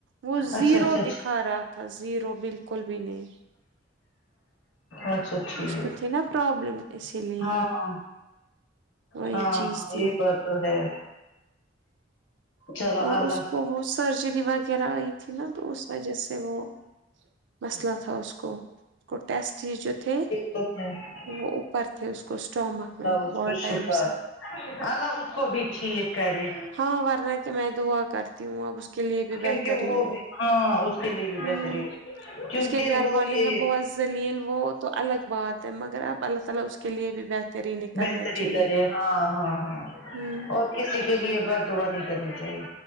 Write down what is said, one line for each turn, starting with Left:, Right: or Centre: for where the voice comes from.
Right: وہ
Left: اچھا
Right: زیرو
Left: اچھا
Right: دکھا رہا تھا زیرو بالکل بھی نہیں
Left: اچھا ٹھیک
Right: اس کو تھی نا پرابلم اسی لیے
Left: ہاں ہاں
Right: وہی
Left: ہاں
Right: چیز
Left: ہاں
Right: تھی
Left: یہ بات تو ہے چلو
Right: اور
Left: اللہ
Right: اس کو وہ سرجری وغیرہ آئی تھی نا تو اس وجہ سے وہ مثلا تھا اس کو کو ٹیسٹ ہی جو تھے
Left: توک میں <unintelligible>
Right: وہ اوپر تھے اس کو اسٹامک میں
Left: اس
Right: بہت
Left: کو
Right: ٹائم
Left: شفا
Right: سے
Left: اللہ اس کو بھی ٹھیک کرے
Right: ہاں ورنہ کہ میں دعا کرتی ہوں اب اس کے لیے بھی
Left: کیونکہ
Right: بہتر ہی وہ
Left: بھی ہاں اس کے لیے بھی
Right: ہوں
Left: بہتری ہو کیونکہ
Right: اس کے گھر
Left: وہ
Right: والے
Left: یہ
Right: ہیں بہت ذلیل وہ تو الگ بات ہے مگر اب اللہ تعالی اس کے لیے بھی بہترین ہی کرنا
Left: بہتری
Right: چاہیے
Left: کرے ہاں ہاں ہاں
Right: ہ
Left: اور کسی کے لیے بد دعا نہیں کرنی چاہیے